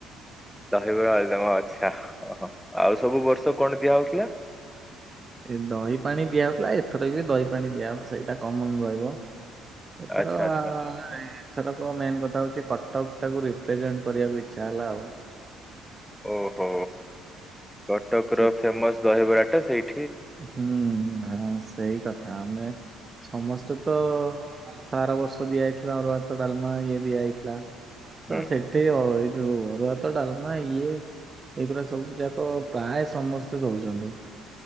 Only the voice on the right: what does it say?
ଏ ଦହି ପାଣି ଦିଆ ହଉଥିଲା ଏଥର ବି ଦହି ପାଣି ଦିଆ ସେଇଟା କମନ ରହିବ ଏଥର
ଆ
ମାନେ ଏଥରକ ମେନ୍ କଥା ହଉଛି କଟକ ଟାକୁ ରିପ୍ରେଜେଣ୍ଟ କରିବାକୁ ଇଚ୍ଛା ହେଲା ଆଉ।
ସେ
ହୁଁ ହଁ ସେଇ କଥା ଆମେ ସମସ୍ତେ ତ ତ ଆର ବର୍ଷ ଦିଆଯାଇଥିଲା ଅରୁଆ ଭାତ ଡାଲମା ଇଏ ଦିଆହେଇଥିଲା ତ
ସେ ସେଠି ଅ ଏ ଯୋଉ ଅରୁଆ ଭାତ ଡାଲମା ଇଏ ଏଇଗୁୁରା ସବୁ ଯାକ ପ୍ରାୟ ସମସ୍ତେ ଦଉଚନ୍ତି